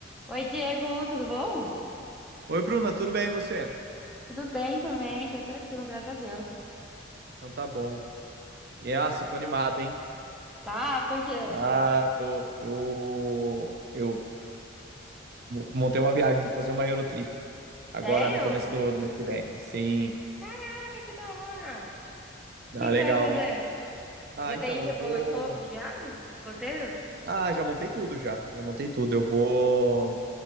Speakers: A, in the centre; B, on the right (about 50°).
A: Oi, Diego, tudo bom?
B: Oi, Bruna, tudo bem e você?
A: Tudo bem também, tudo tranquilo, graças a Deus.
B: Então tá bom. E ah, eu tô animado, hein?
A: Tá, por quê?
B: Ah, tô. Eu, eu montei uma viagem, vou fazer uma Eurotrip agora
A: Sério?
B: no começo do, do mês que vem. Sim,
A: Caraca, que da hora! O que
B: ah,
A: que
B: legal,
A: você vai fazer?
B: hein? Ah,
A: Já
B: então
A: tem, tipo,
B: eu vou.
A: o escopo de viagem? Esse Roteiro?
B: Ah, já montei tudo já. Já montei tudo. Eu vou.